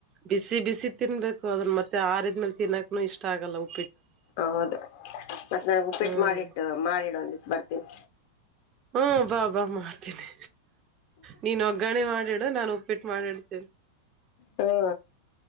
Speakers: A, on the right (about 30°); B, on the left (about 45°).
A: ಬಿಸಿ ಬಿಸಿ ತಿನ್ಬೇಕು ಅದನ್ನ ಮತ್ತೆ ಆರಿದ್ಮೇಲೆ ತಿನ್ನಕ್ ಇಷ್ಟ ಆಗಲ್ಲವು
B: ಹ ಹೌದು ಮತ್ತ್ ನನ್ ಉಪ್ಪಿಟ್ಟು
A: ಹ್ಮ್
B: ಮಾಡಿಟ್ಟು ಮಾಡಿಡ್ ಒಂದ್ ದಿಸ್ ಬರ್ತೀನಿ
A: ಹ್ಮ ಬಾ ಬಾ ಮಾಡ್ತೀನಿ ನೀನ್ ಒಗ್ಗಾಣೆ ಮಾಡಿಡು ನಾನು ಪಿಟ್ ಮಾಡ್ ಹೇಳ್ತಿನಿ
B: ಹಾ